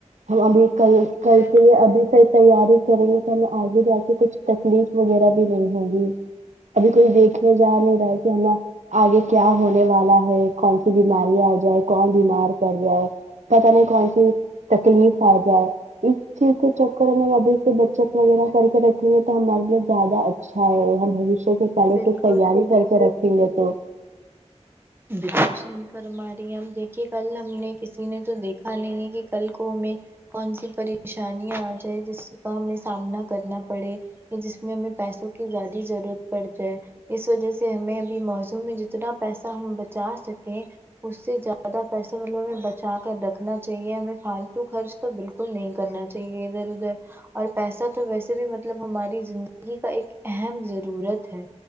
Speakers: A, on the right; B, on the right.
A: ہم ابھی کل کل
B: بالکل
A: کے لیے ابھی سے تیاری کریں گے پھلے آگے جا کے کچھ تکلیف وغیرہ بھی نہیں ہوگی ابھی کوئی دیکھنے جا نہیں رہا ہے کہ ہے نا آگے کیا ہونے والا ہے کون سی بیماریاں آ جائے کون بیمار پڑ جائے پتا نہیں کون سی تکلیف آ جائے اس <unintelligible> ابھی سے بچت وغیرہ کر کے رکھیں گے تو ہمارے لیے زیادہ اچھا ہے ہم بھشیہ کیونکہ پہلے
B: بالکل
A: سے تیاری کر کے رکھیں گے تو
B: بالکل صحیح فرما رہی ہیں اب دیکھیے کل ہم نے کسی نے تو دیکھا نہیں ہے کہ کل کو ہمیں کون سی پریشانیاں آ جائے جس کا ہمیں سامنا کرنا پڑے کہ جس میں ہمیں پیسوں کی زیادی ضرورت پڑ جائے اس وجہ سے ہمیں ابھی موضوع میں جتنا پیسہ ہم بچا سکیں اس سے زیادہ پیسہ <unintelligible> بچا کر رکھنا چاہیے ہمیں فالتو خرچ تو بالکل نہیں کرنا چاہیے ادھر ادھر اور پیسہ تو ویسے بھی مطلب ہماری زندگی کا ایک اہم ضرورت ہے